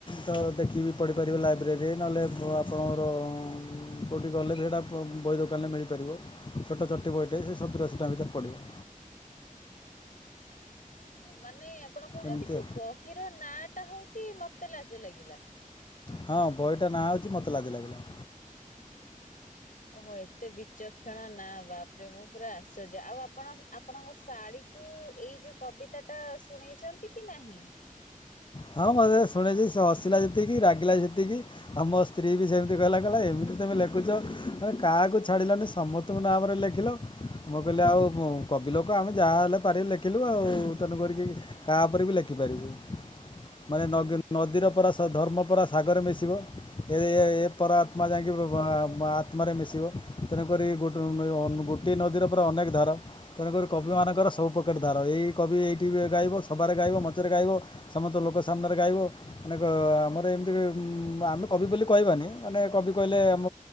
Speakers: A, on the left; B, on the left.
A: ତ ଦେଖିକି ପଢିପାରିବେ ଲାଇବ୍ରେରୀ ନହେଲେ ଆପଣଙ୍କର କେଉଁଠି ଗଲେ ବି ସେଇଟା ବହି ଦୋକାନରେ ମିଳିପାରିବ। ଛୋଟ ଛୋଟି ବୟଟିଏ ସେ ସତୁଅଶୀ ଟଙ୍କା ଭିତରେ ପଡ଼ିବ।
B: ଓ ମାନେ ଆପଣ କହୁଚନ୍ତି
A: ଏମିତି
B: କି ବହିର ନା ଟା ହଉଚି ମତେ ଲାଜ ଲାଗିଲା।
A: ହଁ ବହିଟା ନାଁ ହଉଚି ମତେ ଲାଜି ଲାଗିଲା।
B: ଓହୋ ଏତେ ବିଚକ୍ଷଣ ନା ବାପରେ ମୁଁ ପୁରା ଆଶ୍ଚର୍ଯ୍ୟ ଆଉ ଆପଣ ଆପଣଙ୍କ ଶାଢ ତୁ ଏଇ ଯୋଉ କବିତା ଟା ଶୁଣେଇଚନ୍ତି କି ନାହିଁ
A: ହଁ ମଧ୍ୟ ସୁଣେଇଚି ସେ ହସିଲା ଯେତିକି ରାଗିଲା ସେତିକି। ଆଉ ମୋ ସ୍ତ୍ରୀ ବି ସେମିତି କହିଲା କହିଲା ଏମିତି ତମେ ଲେଖୁଛ କାହାକୁ ଛାଡ଼ିଲନି ସମ ତୁମ ନାମରେ ଲେଖିଲ ମୁଁ କହିଲି ଆଉ କ କବି ଲୋକ ଆମେ ଯାହାହେଲେ ପାରିଲୁ ଲେଖିଲୁ ଆଉ ତେଣୁ କରିକି କାହା ଉପରେ ବି ଲେଖିପାରିବୁ। ମାନେ ନଗିର ନଦୀର ପରାସ ଧର୍ମ ପରା ସାଗରେ ମିଶିବ ଏ ଏ ପରମାତ୍ମା ଯାଇକି ବ ବ ବା ଆତ୍ମାରେ ମିଶିବ ତେଣୁକରି ଗୋଟେ <unintelligible> ଏ ନଦୀର ପରା ଅନେକ ଧାର। ତେଣୁକରି କବି ମାନଙ୍କର ସବୁପ୍ରକାର ଧାର ଏଇ କବି ଏଇଠି ବି ଗାଇବ ସଭାରେ ଗାଇବ ମଞ୍ଚରେ ଗାଇବ। ସମତ ଲୋକ ସାମ୍ନାରେ ଗାଇବ। ଦେଖ ଆମର ଏମିତି ଆମେ କବି ବୋଲି କହିବାନି ମାନେ କବି କହିଲେ ଆମ